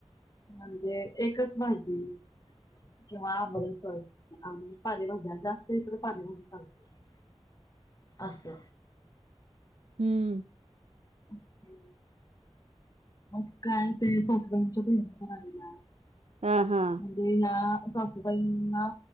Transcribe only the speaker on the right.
हम्म.
हा हा